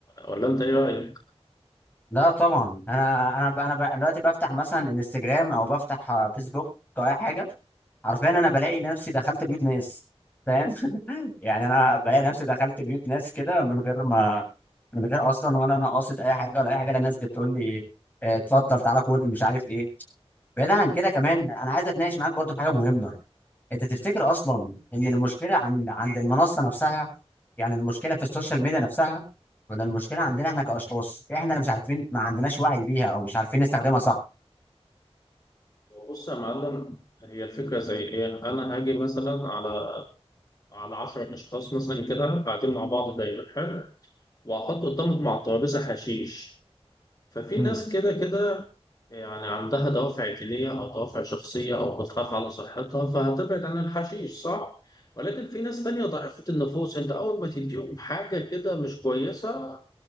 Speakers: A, on the left; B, on the left.
A: ولا أنت إيه رأيك؟
B: لا طبعا انا انا ب- انا ب- أنا دلوقتي بفتح مثلا انستجرام او بفتح آه، فيسبوك او اي حاجه حرفيا انا بلاقي نفسي دخلت بيوت ناس فاهم <laughs> يعني انا بلاقي نفسي دخلت بيوت ناس كده من غير ما من غير اصلا ولا انا قاصد اي حاجه ولا اي حاجه لا الناس بتقول لي آه، اتفضل تعالى كل مش عارف ايه بعيدا عن كده كمان انا عايز اتناقش معاك برضو في حاجه مهمه انت تفتكر اصلا ان المشكله عند عند المنصه نفسها يعني المشكله في السوشيال ميديا نفسها ولا المشكله عندنا احنا كاشخاص احنا اللي مش عارفين ما عندناش وعي بيها او مش عارفين نستخدمها صح
A: بص يا معلم هي الفكرة زي إيه؟ أنا هاجي مثلا على على 10 أشخاص مثلا كده قاعدين مع بعض دايما حلو وهحط قدامهم على الترابيزة حشيش ففي
B: امم
A: ناس كده كده يعني عندها دوافع دينية أو دوافع شخصية أو بتخاف على صحتها فهتبعد عن الحشيش صح؟ ولكن في ناس تانية ضعيفة النفوس أنت أول ما تديهم حاجة كده مش كويسة